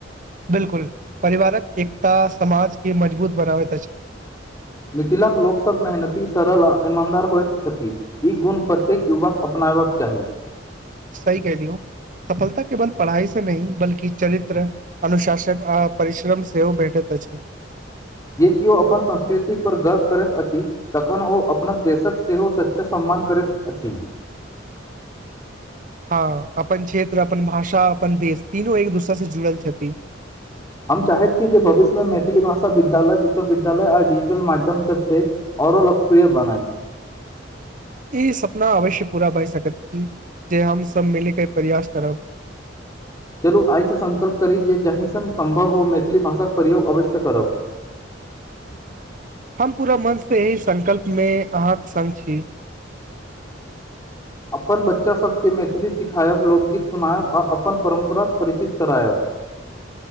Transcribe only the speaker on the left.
मिथिलाक लोक सब मेहनती सरल आ ईमानदार होइत छथि। ई गुण प्रत्येक युवक केअपनायबाक चाही।
जे किओ अपन संस्कृति पर गर्व करैत अछि। तखन ओ अपन देशक सेहो सच्चा सम्मान करैत अछि।
हम चाहैत छी जे भविष्यमे मैथिली भाषा विद्यालय विश्वविद्यालय आ डिजिटल माध्यम सबसँ आओरो लोकप्रिय बनाए।
चलू आइसँ सङ्कल्प करी जे जाहि सङ्ग सम्भव हो मैथिली भाषाक प्रयोग अवश्य करब।
अपन बच्चासभकेँ मैथिली सिखायब लोकगीत सुनायब आ अपन परम्परा परिचित करायब।